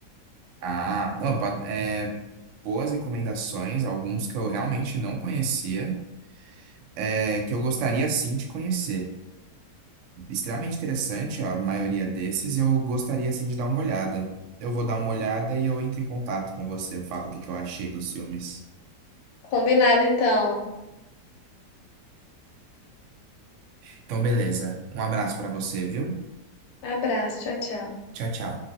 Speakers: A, on the right (about 70°); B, on the left (about 85°).
A: Ah, não, pa- é, boas recomendações, alguns que eu realmente não conhecia, é, que eu gostaria sim de conhecer. extremamente interessante a maioria desses e eu gostaria assim de dar uma olhada. Eu vou dar uma olhada e eu entro em contato com você, eu falo o que que eu achei dos filmes.
B: Combinado, então.
A: Então, beleza. Um abraço pra você, viu?
B: Abraço, tchau, tchau.
A: Tchau, tchau.